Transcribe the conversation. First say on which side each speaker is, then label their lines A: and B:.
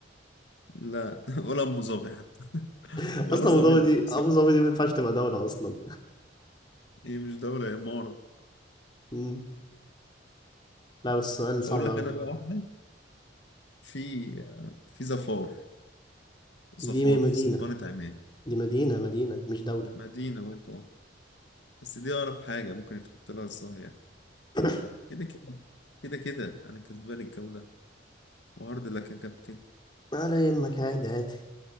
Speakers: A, on the left; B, on the left.
A: لا <laughs> ولا أم ظبي حتى
B: <laughs>
A: ولا
B: اصلا
A: ظبي
B: ابو ظبي دي
A: نفسك
B: ابو ظبي دي ما ينفعش تبقى دولة اصلا
A: هي مش دولة هي إمارة
B: مم. لا بس سؤال صعب
A: أقول
B: قوي
A: لك أنا بقى واحدة في في ظفار ظفار
B: دي
A: في
B: مدينة
A: سلطنة عمان
B: دي مدينة مدينة مش دولة
A: مدينة برضه بس دي أقرب حاجة ممكن يتحط لها الصهية
B: <coughs>
A: كده كده كده كده أنا كسبان الجولة وهارد لك يا كابتن
B: على يمك عادي عادي